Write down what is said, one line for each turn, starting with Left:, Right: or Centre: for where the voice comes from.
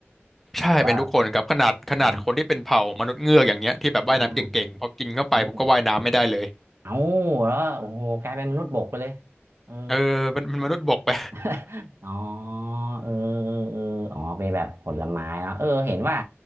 Centre: ใช่เป็นทุกคนครับขนาดขนาดคนที่เป็นเผ่ามนุษย์เงือกอย่างเงี้ยที่แบบว่ายน้ำเก่งๆ
Right: หรือว่าอ๋ออืมอืม
Centre: พอกินเข้าไปปุ๊บก็ว่ายน้ำไม่ได้เลย
Right: อืมเอาแล้วโอ้โหกลายเป็นมนุษย์บกไปเลยเออ
Centre: เออเป็นเป็นมนุษย์บกไป
Right: <laughs> อ๋อเออเออเอออ๋อเป็นแบบผลไม้เนาะเออเห็นว่า